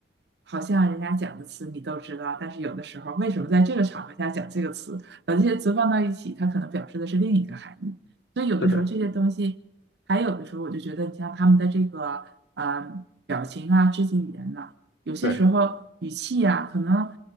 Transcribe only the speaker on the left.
是的。
对。